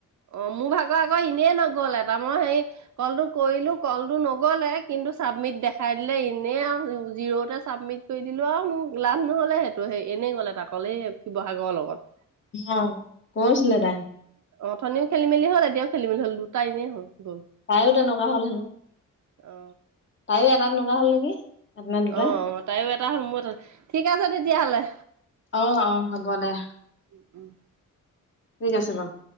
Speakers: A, on the right (about 60°); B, on the left (about 35°).
A: অ, মোৰ ভাগৰ আকৌ এনেই নগল এটা মই হেই সেই কলটো কৰিলো কলটো ন গ'লে কিন্তু চাবমিট দেখাই দিলে এনেই আৰু জিৰ'তে ছাবমিট কৰি দিলোঁ আৰু মোৰ লাভ নহ'লে সেইটো। তো সেই এনেই গ'লে এতা কল এই শিৱসাগৰৰ লগত।
B: অ, কৈছিলে তাই।
A: অঁঠনিও খেলি মেলি হ'ল এতিয়াও খেল মেলি হ'ল দুটা এনেই হ'ল। গ'ল
B: তাইও তেনেকুৱা হল হেনো,
A: অ
B: তাইও এটা তেনেকুৱা হল নেকি। এটা নে দুটা।
A: অ' তাইৰও এটা হ'ল মোৰো এটা ঠিক আছে তেতিয়াহ'লে।
B: অ অ হ'ব দে।
A: উম।
B: ঠিক আছে বাৰু।